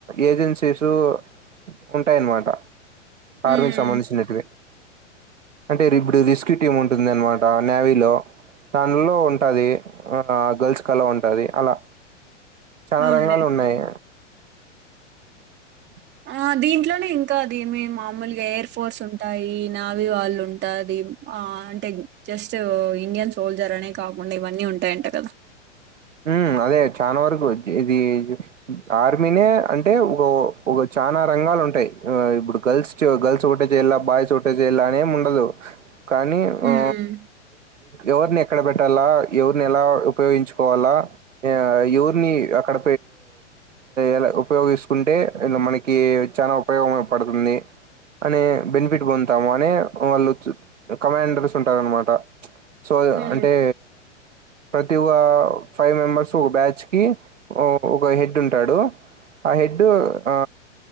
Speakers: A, on the right (about 80°); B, on the right (about 30°).
A: ఏజెన్సీసు ఉంటాయన్నమాట కార్మికు
B: ఉమ్
A: సంబంధించినట్వే అంటే ఇప్పుడు రెస్క్యూ టీమ్ ఉంటుంది అనమాట నేవీ లో దానిలో ఉంటది ఆ గర్ల్స్ కలా ఉంటది అలా చాలా
B: అవునులే
A: రంగాలు ఉన్నాయి <unintelligible>
B: ఆ దీంట్లోనే ఇంకా అద ఏమే మామూలుగా ఎయిర్ ఫోర్స్ ఉంటాయి నావీ వాళ్ళు ఉంటాది ఆ అంటే జస్ట్ ఇండియన్ సోల్జర్ అనే కాకుండా ఇవన్నీ ఉంటాయంట కదా
A: <unintelligible> అదే చాలా వరకు ఇది ఆర్మీనే అంటే ఒక చాలనా రంగాలు ఉంటాయి ఇప్పుడు గర్ల్స్ గర్ల్స్ ఒకటే చేయలా బాయ్స్ ఒకటే చేయాల అనేం ఉండదు కానీ
B: హ్మ్
A: ఆ ఎవరిని ఎక్కడ పెట్టాలా ఎవరిని ఎలా ఉపయోగించు కోవాలా ఎవరిని అక్కడ ఎలా ఉపయోగిస్తుకుంటే మనకి చాలా ఉపయోగం పడుతుంది అనే బెనిఫిట్ పొందుతాము అనే వాళ్ళు కమాండర్స్ ఉంటారనమాట సో
B: హ్మ్
A: అంటే ప్రతి ఒ ఫైవ్ మెంబర్స్ ఒక బ్యాచ్ కి ఒక హెడ్ ఉంటాడు ఆ హెడ్డు ఆ